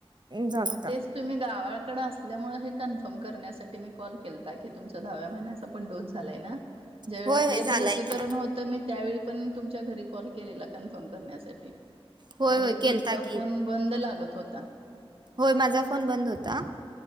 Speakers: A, on the right; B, on the right.
A: जमत
B: मग तेच तुम्ही गावाकड असल्यामुळे हे कन्फर्म करण्यासाठी मी कॉल केलता की तुमच दहाव्या महिन्याच पण डोस झालाय ना ज्यावेळी
A: होय
B: आपल्या
A: होय झालाय
B: हित लसीकरण
A: की
B: हुतय मी.. त्या वेळी पण तुमच्या घरी कॉल केलेला कन्फर्म करण्यासाठी
A: होय
B: त्यावेळी
A: होय केलता
B: तुमचा
A: की
B: फोन बंद लागत होता.
A: होय माझा फोन बंद हुता